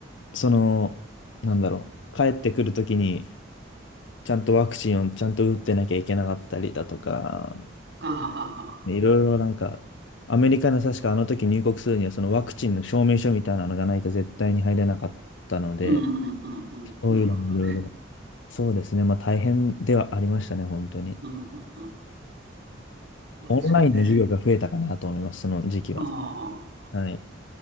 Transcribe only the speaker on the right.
あ、ああ、ああ、
ああ
うんうんうんうん。
なるほどね。
うんうんうん。そうですよね。
ああ、